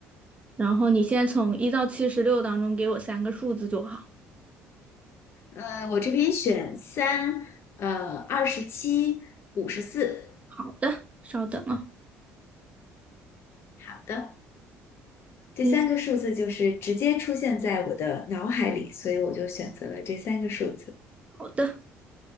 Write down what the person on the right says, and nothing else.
然后你先从一到七十六当中给我三个数字就好。
好的，稍等啊。
嗯
好的。